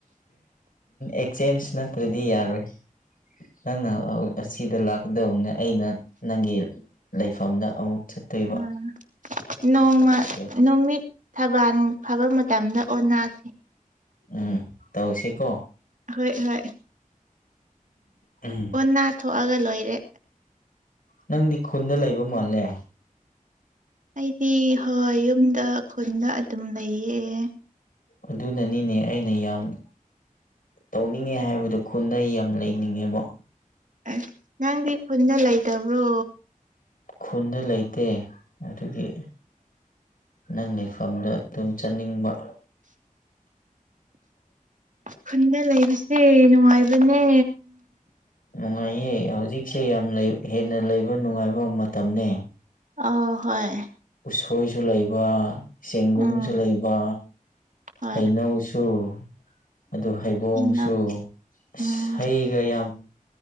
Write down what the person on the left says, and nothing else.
ꯑꯦꯛꯆꯦꯟꯁ ꯅꯠꯇ꯭ꯔꯗꯤ ꯌꯥꯔꯣꯏ ꯅꯪꯅ ꯑꯁꯤꯗ ꯂꯥꯛꯀꯗꯧꯅꯦ ꯑꯩꯅ ꯅꯪꯒꯤ ꯂꯩꯐꯝꯗ ꯑꯃꯨꯛ ꯆꯠꯇꯣꯏꯕ
ꯑꯗꯣ
ꯎꯝ ꯇꯧꯁꯤꯀꯣ
ꯎꯝ
ꯅꯪꯗꯤ ꯈꯨꯟꯗ ꯂꯩꯕ ꯃꯥꯜꯂꯦ
ꯑꯗꯨꯅꯅꯤꯅꯦ ꯑꯩꯅ ꯌꯥꯝ ꯇꯧꯅꯤꯡꯉꯦ ꯍꯥꯏꯕꯗꯨꯣ ꯈꯨꯟꯗ ꯑꯩ ꯌꯥꯝ ꯂꯩꯅꯤꯡꯉꯦꯕ
ꯈꯨꯟꯗ ꯂꯩꯇꯦ ꯑꯗꯨꯒꯤ ꯅꯪ ꯂꯩꯐꯝꯗꯣ ꯑꯗꯨꯝ ꯆꯠꯅꯤꯡꯕ
ꯅꯨꯡꯉꯥꯏꯌꯦ ꯍꯧꯖꯤꯛꯁꯦ ꯌꯥꯝ ꯍꯦꯟꯅ ꯂꯩꯕ ꯅꯨꯡꯉꯥꯏꯕ ꯃꯇꯝꯅꯤ
ꯎꯁꯣꯏꯁꯨ ꯂꯩꯕ ꯆꯦꯡꯒꯨꯝꯁꯨ
ꯂꯩꯕ
ꯍꯩꯅꯧꯁꯨ ꯁꯨ ꯑꯗꯨ ꯍꯩꯕꯣꯡꯁꯨ
ꯑꯁ
ꯍꯩꯒ ꯌꯥꯝ